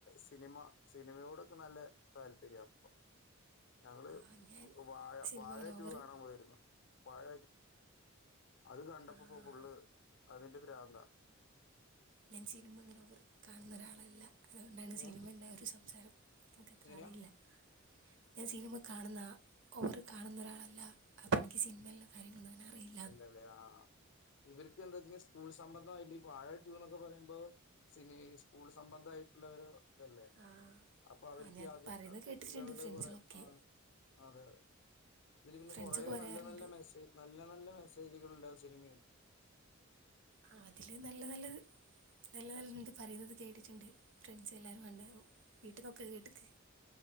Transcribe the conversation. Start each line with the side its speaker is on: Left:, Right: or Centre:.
Left: സിനിമ സിനിമയോടൊക്കെ നല്ല താല്പര്യപ്പ ഞങ്ങള്
Right: ആഹ് ഞാൻ
Left: വാഴ
Right: സിനിമ
Left: വാഴറ്റു
Right: അങ്ങനെ ഓവറ്
Left: കാണാൻ പോയിരുന്നു വാഴ അത് കണ്ടപ്പോ
Right: ആഹ്
Left: ഇപ്പോ ഫുള്ള് അതിന്റെ ഭ്രാന്താ
Right: ഞാൻ സിനിമ ഇങ്ങനെ കാണുന്നൊരാളല്ല അതുകൊണ്ടാണ്
Left: ഏഹ്
Right: സിനിമ്ന്നേ ഒരു സംസാരം എനക്കത്ര
Left: എങ്ങനെയാ
Right: അറിയില്ല ഞാൻ സിനിമ കാണുന്ന ഓവർ കാണുന്നൊരാളല്ല അപ്പൊ എനിക്ക് സിനിമയിലുള്ള കാര്യങ്ങളൊന്നുംങ്ങനെ അറിയില്ല
Left: അല്ലല്ലേ ആഹ് ഇവർക്ക് എന്താ വെച്ചാൽ സ്കൂൾ സംബന്ധായിട്ട് അല്ല ഈ വാഴ ട്യൂന്നൊക്കെ പറയുമ്പോ സിനി സ്കൂൾ സംബന്ധായിട്ടുള്ളൊരു ഇതല്ലേ
Right: ആഹ്
Left: അപ്പൊ അവര്ക്ക്
Right: ആഹ് ഞാൻ
Left: അത്
Right: പറയുന്നത് കേട്ടിട്ടുണ്ട്
Left: കുട്ടികളുടെ
Right: ഫ്രണ്ട്സുകളൊക്കെ
Left: കുറെ ആ അതെ അതെ അതില് പിന്നെ
Right: ഫ്രണ്ട്സൊക്കെ
Left: കൊറ
Right: പറയാറുണ്ട്
Left: നല്ല നല്ല മെസ് നല്ല നല്ല ശൈലികളുണ്ടാവും സിനിമയിണ്ട്
Right: ആ അതില് നല്ല നല്ലത് നല്ല നല്ലത് പറയുന്നത് കേട്ടിട്ടുണ്ട് ഫ്രണ്ട്സ് എല്ലാരും കണ്ടറും വീട്ടിന്നൊക്കെ കേട്ടീ